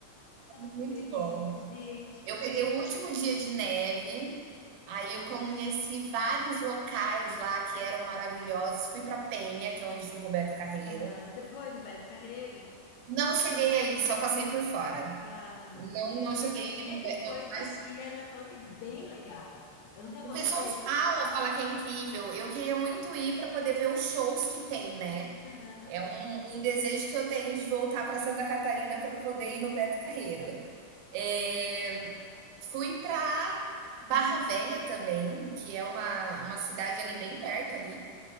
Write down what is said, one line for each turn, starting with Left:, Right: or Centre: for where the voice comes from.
Right: foi muito
Left: Que delícia,
Right: bom.
Left: gente.
Right: Eu peguei o último dia de neve, aí eu conheci vários locais lá que eram maravilhosos. Fui para Penha, que é onde fica o Beto Carreiro.
Left: Ah, você foi no Beto Carreiro?
Right: Não cheguei aí, só passei por fora.
Left: Ah,
Right: Não,
Left: eu tenho
Right: não
Left: uma
Right: cheguei
Left: sobrinha
Right: no
Left: que
Right: Beto,
Left: foi, mas
Right: mas
Left: e ela falou que é bem legal. Eu nunca
Right: O pessoal
Left: não conheço.
Right: fala, fala que é incrível. Eu queria muito ir para poder ver os shows que tem, né.
Left: Aham.
Right: É um um desejo que eu tenho de voltar para Santa Catarina para poder ir no Beto Carreiro. Eh, fui para Barra Velha também, que é uma uma cidade ali bem perto ali